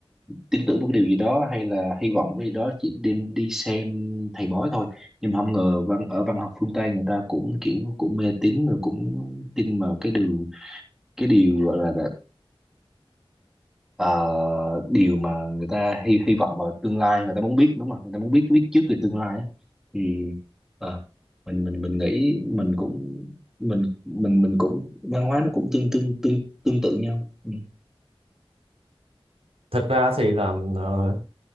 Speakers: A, in the centre; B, on the right.
A: tin tưởng một cái điều gì đó hay là hy vọng một cái gì đó chỉ đi đi xem thầy bói thôi nhưng mà không ngờ văn ở văn học phương Tây người ta cũng kiểu cũng mê tín rồi cũng tin vào cái điều cái điều gọi là ờ, điều mà người ta hy hy vọng vào tương lai người ta muốn biết đúng không người ta muốn biết biết trước về tương lai á. thì ờ, mình mình mình nghĩ mình cũng mình mình mình cũng văn hóa nó cũng tương tương tương tương tự nhau ừ.
B: thực ra thì là ờ,